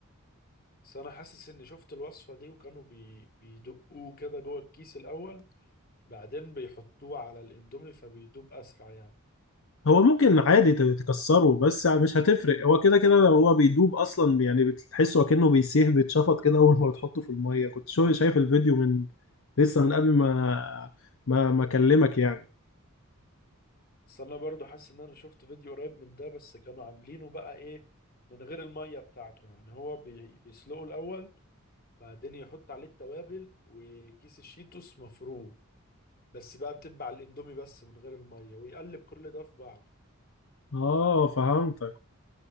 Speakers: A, on the left (about 45°); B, on the left (about 65°).
A: بس أنا حاسس إني شفت الوصفة دي وكانوا بي... بيدقوه كده جوه الكيس الأول بعدين بيحطوه على الإندومي فبيدوب أسرع يعني
B: هو ممكن عادي ت- تكسره بس يعني مش هتفرق هو كده كده لو هو بيدوب اصلا يعني بتحسه اكنه بيسيح بيتشفط كده اول ما بتحطه في الميه كنت شو شايف الفيديو من لسه من قبل ما ما ما اكلمك يعني
A: بس انا برضو حاسس ان انا شفت فيديو قريب من ده بس كانوا عاملينه بقى ايه من غير المية بتاعته يعني هو بي... بيسلقه الاول بعدين يحط عليه التوابل وكيس الشيتوس مفروم بس بقى بتبع الاندومي بس من غير المية ويقلب كل ده في بعضه
B: اه فهمتك